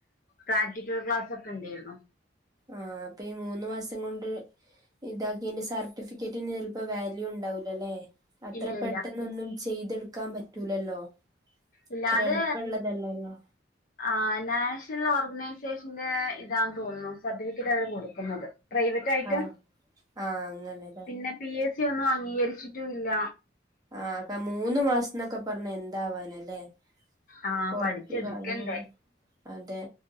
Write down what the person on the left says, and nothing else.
പ്രാക്ടിക്കൽ ക്ലാസ് ഒക്കെ ഇണ്ടേർന്നു.
ഇല്ല
ഇല്ല
ഇല്ല
അത്
ആഹ് നാഷണൽ ഓർഗനൈസേഷന്റെ ഇതാന്ന് തോന്നുന്നു സർട്ടിഫിക്കറ്റ് അവര് കൊടുക്കുന്നത് പ്രൈവ റ്റായിട്ട്
പിന്നെ പി എസ് സി ഒന്നും അംഗീകരിച്ചിട്ടും ഇല്ല
ആ
പഠിച്ചെടുക്കണ്ടേ